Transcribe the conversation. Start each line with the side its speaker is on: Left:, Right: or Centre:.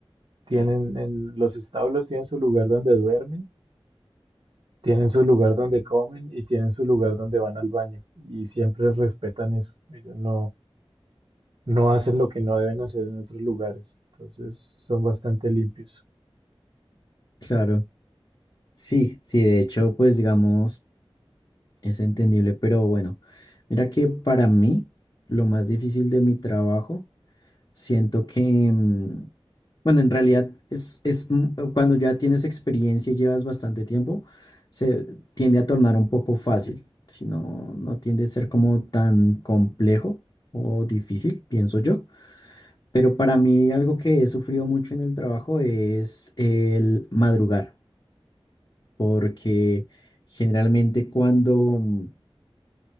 Right: Tienen en los establos tienen su lugar donde duermen, tienen su lugar donde comen y tienen su lugar donde van al baño. Y siempre respetan eso. Ellos no, no hacen lo que no deben hacer en otros lugares. Entonces son bastante limpios.
Left: Claro, sí, sí, de hecho, pues digamos, es entendible, pero bueno, mira que para mí lo más difícil de mi trabajo, siento que, mm, bueno, en realidad es, es mm, eh, cuando ya tienes experiencia y llevas bastante tiempo, se tiende a tornar un poco fácil, si no, no tiende a ser como tan complejo o difícil, pienso yo, pero para mí algo que he sufrido mucho en el trabajo es el madrugar. porque generalmente cuando,